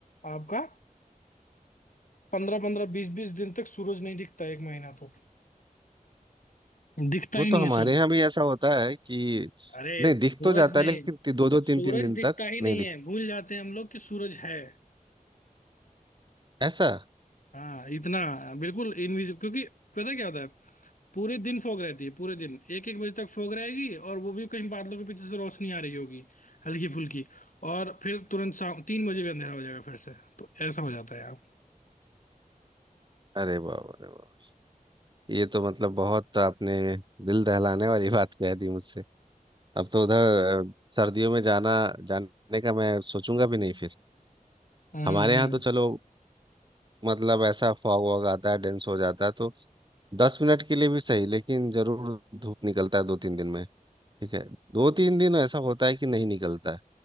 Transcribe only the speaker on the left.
आपका पंद्रह पंद्रह बीस बीस दिन तक सूरज नहीं दिखता एक महीना तो दिखता
ही
नहीं
है सूरज
अरे
सूरज
नहीं
सूरज
दिखता ही
नहीं
है भूल जाते हैं हम लोग कि सूरज है
हाँ इतना बिल्कुल इनविजिबल क्योंकि पता क्या होता है पूरे दिन फॉग रहती है पूरे दिन एक एक बजे तक फॉग रहेगी और वो भी कहीं बादलों के पीछे से रोशनी आ रही होगी हल्की फुल्की और फिर तुरंत शाम तीन बजे भी अंधेरा हो जाएगा फिर से तो ऐसा हो जाता है यार
हम्म
हम्म।